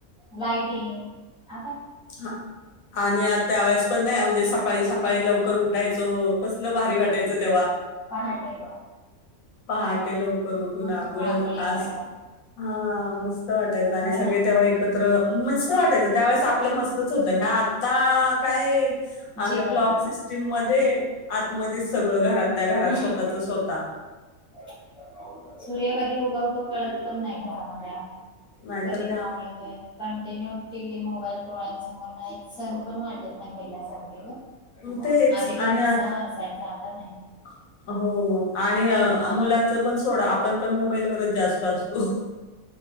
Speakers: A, in the centre; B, on the left.
A: लाईटिंग - <inaudible>
B: ह आणि त्यावेेळेस पण नाही म्हणजे सकाळी सकाळी लवकर उठायचो कसल भारी वाटायचं तेव्हा.
A: पहाटे
B: पहाटे लवकर उठून
A: मग
B: आंघोळ
A: रांगोळी
B: <unintelligible>
A: काढा
B: हा म. मस्त वाटायच आणि
A: हो
B: सगळे
A: ना
B: तेव्हा एकत्र मस्त वाटायचं त्यावेळेस आप - मस्तच होत ह्या आता. काय
A: जीवन
B: अग ब्लॉक सिस्टीम मध्ये आतमध्येध सगळं घरातल्या घरात
A: हम्म
B: स्वतःच स्वतः
A: <unintelligible> सूर्य कधी उगवतो कळत पण नाही घरामध्ये आत -
B: नाहीतर
A: कधी
B: काय
A: मावळतोय कंटिन्यू टीव्ही मोबाईल. डोळ्यांसमोर काहीच सण पण पाट - <unintelligible> पहिल्यासारखे ग
B: तेच
A: आधी खूप
B: आणि
A: उत्साह
B: आत
A: असायचा आता
B: <inaudible>
A: नाही
B: हो हो आणि मुलांच पण - का आपण पण मोबाईलवरच जास्त असतो